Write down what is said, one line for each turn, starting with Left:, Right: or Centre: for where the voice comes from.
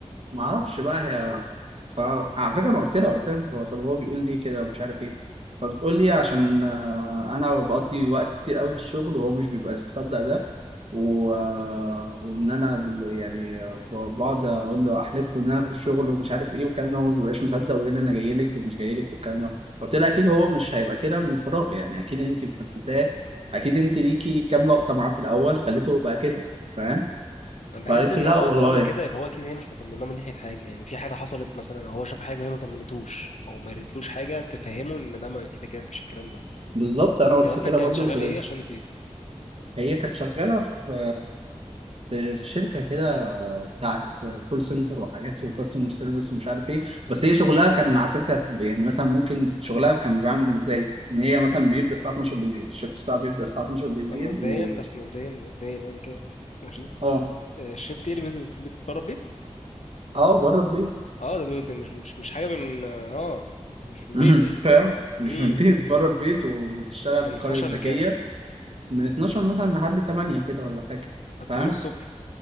Right: ما اعرفش بقى هي فعلى فكره انا قلت لها قلت لها انت هو طب هو بيقول لي كده ومش عارف ايه فبتقول لي عشان آه، انا بقضي وقت كتير قوي في الشغل وهو مش بيبقى مصدق ده و... آه، وان انا دل- يعني آه، بقعد اقول له احلف له ان انا في الشغل ومش عارف ايه والكلام ده هو ما بيبقاش مصدق ويقول لي انا جاي لك ومش جاي لك والكلام ده قلت لها اكيد هو مش هيبقى كده من فراغ يعني اكيد انت محسساه اكيد انت ليكي كام لقطه معاه في الاول خليته يبقى كده فاهم
Left: انا بحس
Right: فقالت
Left: ان
Right: لي لا
Left: هو
Right: والله
Left: طالما كده يبقى هو اكيد هي مش مطمناه من ناحيه حاجه يعني في حاجه حصلت مثلا او هو شاف حاجه وهي ما طمنتوش او ما قالتلوش حاجه تفهمه ان ده ما كده كده مفيش الكلام ده
Right: بالظبط انا قلت
Left: هي اصلا
Right: كده
Left: كانت
Right: برضو
Left: شغاله
Right: كده
Left: ايه عشان نسيت
Right: هي كانت شغاله في في في شركه كده بتاعت كول سنتر وحاجات وكاستمر سيرفيس ومش عارف ايه بس هي شغلها كان على فكره كانت يعني مثلا ممكن شغلها كان بيعمل ازاي ان هي مثلا بيبدا الساعه 12 بالليل الشفت بتاعها بيبدا الساعه 12 بالليل
Left: مبدئيا
Right: و...
Left: بس مبدئيا مبدئيا يعني كده ماشي
Right: اه
Left: آه، شفت ايه اللي بيت- بيت- بره البيت
Right: اه بره البيت
Left: اه ده بيت- مش مش مش حاجه من اه مش من
Right: <laughs>
Left: بيت يعني
Right: فاهم مش
Left: امم
Right: من البيت بره البيت وبتشتغل
Left: من
Right: في
Left: 12
Right: قريه ذكيه
Left: لكام
Right: من 12 مثلا لحد 8 كده ولا حاجه
Left: حتى
Right: فاهم
Left: من الصبح